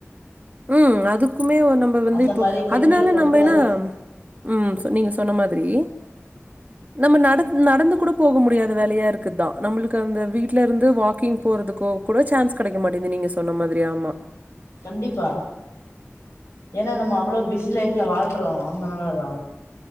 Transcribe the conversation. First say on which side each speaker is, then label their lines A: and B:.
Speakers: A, on the right; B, on the left.
A: ம். அதுக்குமே ஒ நம்ப வந்து
B: அந்த
A: இப்போ
B: மாரி பெண்களுக்கு
A: அதனால
B: வந்து
A: நம்ம என்ன
B: அதிக
A: உம் நீங்க சொன்ன மாதிரி நம்ம நடத் நடந்து கூட போக முடியாதது வேலையா இருக்குதான் நம்மளுக்கு அந்த வீட்ல இருந்து வாக்கிங் போறதுக்க கூட சான்ஸ் கிடைக்க மாட்டேங்து நீங்க சொன்ன மாதிரி ஆமா
B: கண்டிப்பா ஏன்னா நம்ம அவ்வளவு பிஸி லைஃப்ல வாழ்றோம் அந்த நாலதான்